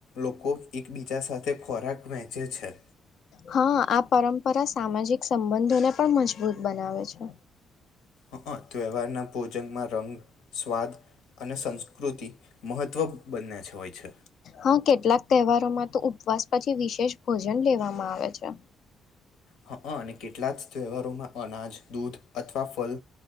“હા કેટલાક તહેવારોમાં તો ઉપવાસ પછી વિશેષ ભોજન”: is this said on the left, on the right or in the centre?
Left